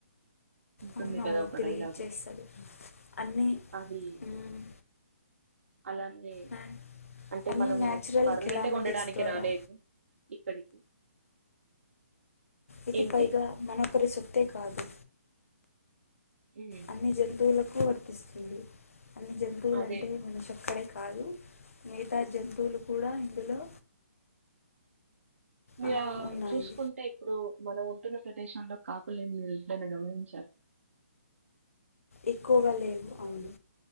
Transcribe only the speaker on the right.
ఉంటుంది
కదా ఒక
డైలాగ్
అది
అలానే
అంటే
మనము
పర్మనెంట్గా
ఉండడానికి
రాలేదు ఇక్కడికి
ఏమిటి
ఉమ్.
అదే
య
చూసుకుంటే ఇప్పుడు మనం పట్టణ ప్రదేశంలో కాకులేనిదని గమనించారు